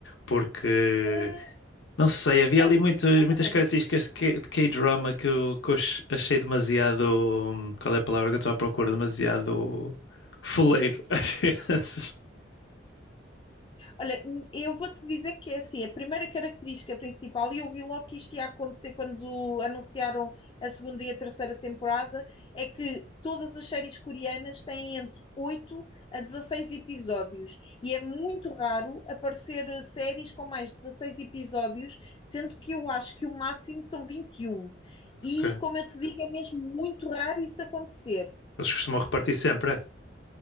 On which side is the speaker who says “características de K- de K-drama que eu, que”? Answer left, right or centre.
Left